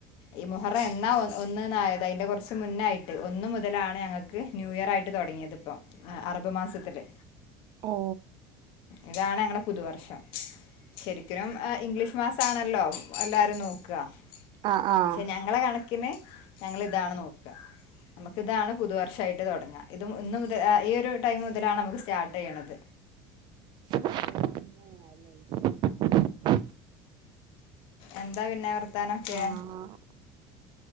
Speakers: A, on the left (about 65°); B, on the right (about 55°).
A: ഈ മുഹറം എന്നാ ഒന്നന്നായത് അതിന്റെ കുറച്ച് മുന്നായിട്ട് ഒന്ന മുതലാണ് ഞങ്ങൾക്ക് ന്യൂ ഇയർ ആയിട്ട് തുടങ്ങിയതിപ്പ അറബ് മാസത്തില്
B: ഓ
A: ഇതാണ് ഞങ്ങളുടെ പുതുവർഷം ശരിക്കും ഇംഗ്ലീഷ് മാസ ആണല്ലോ എല്ലാവരും നോക്കുക
B: ആഹ് ആഹ്
A: പക്ഷെ ഞങ്ങള കണ ക്കിന് ഞങ്ങളി താണ് നോക്കുക നമുക്കിതാണ് പുതുവർഷമായിട്ട് തുടങ്ങാം ഇത ഇന്ന് മുതൽ ഈ ഒരു ടൈം മുതലാണ് നമുക്ക് സ്റ്റാർട്ട് ചെയ്യണത്
B: ല്ല <inaudible>
A: എന്താ പിന്നെ വർത്താനൊക്കെ
B: ആഹ്